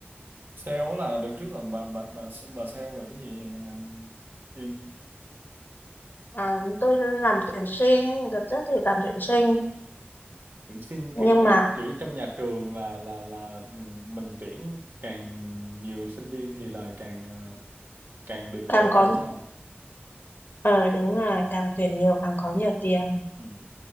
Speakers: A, on the right (about 50°); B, on the left (about 50°).
A: Sale là được trước là bà bà bà bà sale về cái gì ờ, Yên?
B: à, tôi làm tuyển sinh đợt trước thì làm tuyển sinh
A: tuyển sinh
B: nhưng
A: kiểu kiểu
B: mà
A: kiểu trong nhà trường là là là ừ, mình tuyển càng nhiều sinh viên thì là càng ờ, càng được
B: càng
A: ờ,
B: có
A: thưởng hả?
B: Ờ đúng rồi, càng tuyển nhiều càng có nhiều tiền.
A: Ừ.